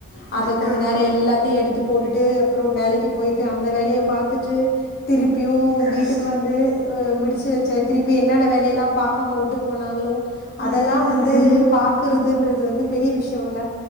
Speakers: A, on the right; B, on the left.
A: முடிக்கணு
B: அத கொஞ்சோ நேர எல்லாத்தையு எடுத்து போட்டுட்டு அப்ரோ வேலைக்கு போயிட்டு அந்த அந்த வேலையை பார்த்துட்டு திருப்பி ப்பியு
A: கஷ்
B: வீட்டுக்கு வந்து அஹ் முடிச்சு வச்சாச் திருப்பி என்னென்ன வேலை எல்லா பாக்காம விட்டு போனாங்களோ அதெல்லா
A: ம்
B: வந் வந்து பாக்குறதுன்றது வந்து பெரிய விஷயோ இல்ல